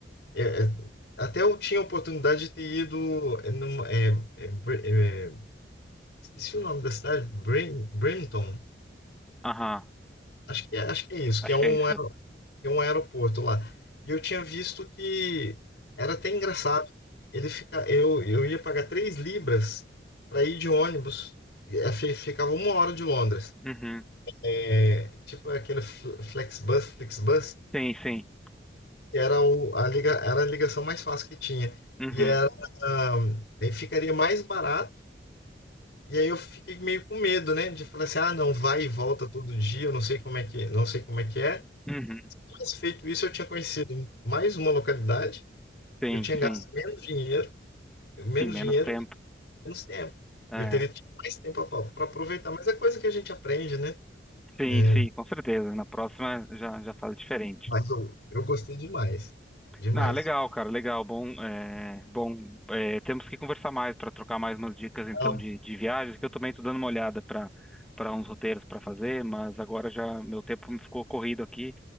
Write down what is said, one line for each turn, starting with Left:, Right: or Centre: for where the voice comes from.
Left: é, é, até eu tinha a oportunidade de ter ido. é, num- é, é, Br- é, esqueci o nome da cidade, Brim, Brimton.
Centre: Aham,
Left: Acho que, é- acho que é isso,
Centre: acho
Left: que é um,
Centre: que é isso.
Left: aer- é um aeroporto lá. E eu tinha visto que era até engraçado. Ele fica, eu, eu ia pagar 3 libras para ir de ônibus. E, é, fi- Ficava uma hora de Londres.
Centre: Uhum.
Left: É, tipo aquele Fl- Flexbus, Flixbus.
Centre: Sim, sim.
Left: que era o, a liga, era a ligação mais fácil que tinha.
Centre: Uhum.
Left: E era, ahm, aí ficaria mais barato. E aí eu fiquei meio com medo, né? De falar assim, ah, não, vai e volta todo dia, eu não sei como é que, não sei como é que é.
Centre: Uhum.
Left: Mas feito isso, eu tinha conhecido mais uma localidade,
Centre: Sim,
Left: eu tinha gasto
Centre: sim.
Left: menos dinheiro, menos
Centre: Em menos
Left: dinheiro
Centre: tempo.
Left: e menos tempo.
Centre: É.
Left: Eu teria tido mais tempo para aproveitar, mas é coisa que a gente aprende, né?
Centre: Sim,
Left: É,
Centre: sim, com certeza. Na próxima já, já faz diferente.
Left: mas eu, eu gostei demais, demais.
Centre: Ah, legal, cara, legal. Bom, é, bom, é, temos que conversar mais para trocar mais umas dicas então
Left: Então,
Centre: de, de viagens, que eu também estou dando uma olhada para para uns roteiros para fazer, mas agora já meu tempo me ficou corrido aqui.